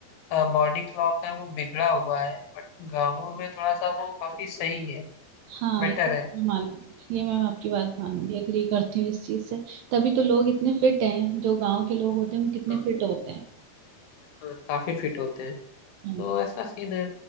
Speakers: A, on the left; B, on the right.
A: बॉडी क्लॉक है वो बिगड़ा हुआ है बट गाँवों में थोड़ा सा वो काफी सही है
B: हाँ
A: बेटर
B: ये तो
A: है
B: मैं मानूंगी ये मैं आपकी बात मानूंगी एग्री करती हूँ इस चीज से तभी तो लोग इतने फिट हैं जो गांव के लोग होते हैं वो कितने
A: हाँ,
B: फिट होते हैं
A: हाँ, काफी फिट होते हैं
B: हम्म।
A: तो ऐसा सीन है